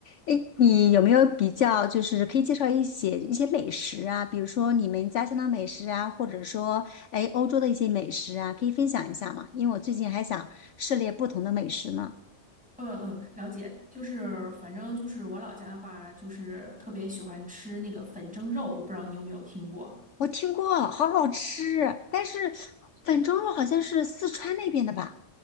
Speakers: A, on the left; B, in the centre.
A: 哎，你有没有比较，就是可以介绍一些一些美食啊，比如说你们家乡的美食啊，或者说，哎，欧洲的一些美食啊，可以分享一下吗？因为我最近还想涉猎不同的美食呢。
B: 嗯嗯，了解，就是反正就是我老家的话，就是特别喜欢吃那个粉蒸肉，我不知道你有没有听过。
A: 我听过，好好吃，但是粉蒸肉好像是四川那边的吧，